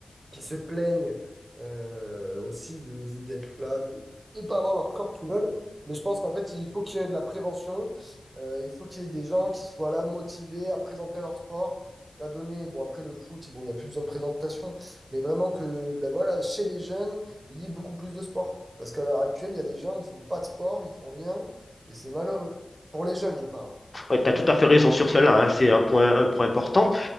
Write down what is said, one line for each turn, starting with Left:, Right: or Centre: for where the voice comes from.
Right: qui se plaignent euh, aussi de, de- d'être là, de ne pas avoir leur corps qu'ils veulent. Mais je pense qu'en fait, il faut qu'il y ait de la prévention. Euh, il faut qu'il y ait des gens qui soient là, motivés à présenter leur sport, à donner. Bon, après le foot, bon, il n'y a plus besoin de présentation. Mais vraiment que, ben voilà, chez les jeunes, il y ait beaucoup plus de sport. Parce qu'à l'heure actuelle, il y a des gens, ils font pas de sport, ils font rien. Et c'est malheureux. Pour les jeunes, je parle.
Left: Ouais, tu as tout à fait raison sur cela, hein. C'est un point, un point important.